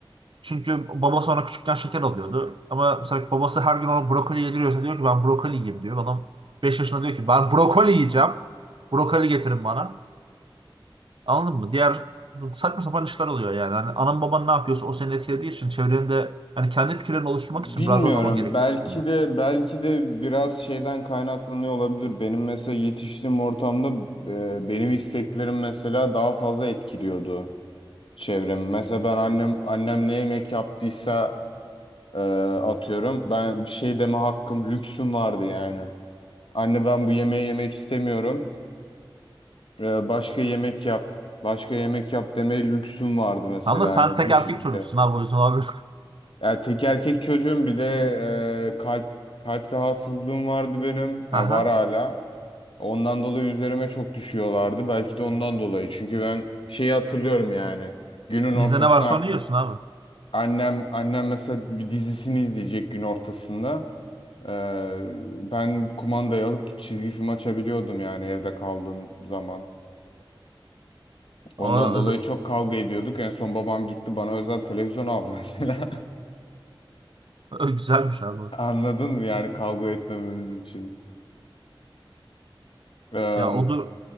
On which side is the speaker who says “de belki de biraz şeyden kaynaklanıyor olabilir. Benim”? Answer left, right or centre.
Left